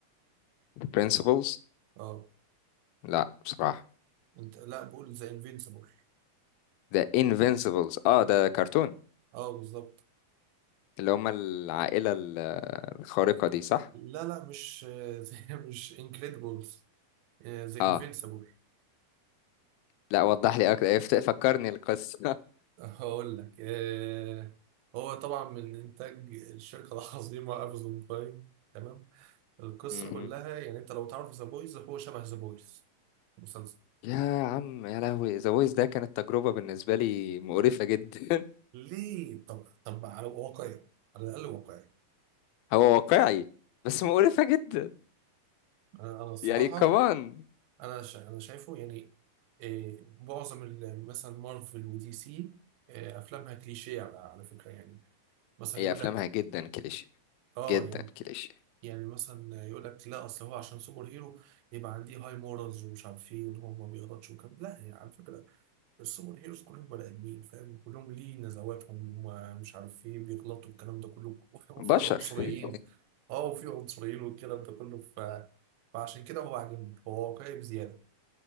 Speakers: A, on the left; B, on the right.
A: The Principles
B: اه
A: لا بصراحة
B: انت لا بقول ذا انفينسيبل
A: The Invincibles اه
B: اه
A: ده كرتون
B: اه بالظبط
A: اللي هم العائلة الخارقة دي صح؟
B: لا لا مش <laughs> آه، مش انكريدبلز ذا
A: اه
B: انفينسيبل
A: لا وضح لي اكتر إيه، فت- فكرني القصة <laughs>
B: هقول لك آه هو طبعا من انتاج الشركه العظيمه امازون برايم تمام القصه
A: مهم.
B: كلها يعني انت لو تعرف ذا بويز هو شبه ذا بويز مسلسل
A: يا عم يا لهوي ذا فويس ده كانت تجربة بالنسبة لي مقرفة جدا
B: ليه طب طب على واقعي على الاقل واقعي
A: <laughs> هو واقعي بس مقرفة جدا
B: انا انا الصراحه
A: يعني كمان
B: انا شا... انا شايفه يعني آه معظم ال- مثلا مارفل ودي سي آه افلامها كليشيه على على فكره يعني مثلا
A: هي
B: يقول
A: افلامها
B: لك
A: جدا كليشيه
B: اه
A: جدا
B: يعني
A: كليشيه
B: يعني مثلا يقول لك لا اصل هو عشان سوبر هيرو يبقى عندي هاي مورالز ومش عارف ايه وان هو ما بيغلطش وكده لا هي على فكره السوبر هيروز كلهم بني ادمين فاهم كلهم ليه نزواتهم ومش عارف ايه بيغلطوا الكلام ده كله <laughs> وفي
A: بشر
B: عنصريين
A: <laughs>
B: اه وفي عنصريين والكلام ده كله ف... فعشان كده هو عاجبني هو واقعي بزياده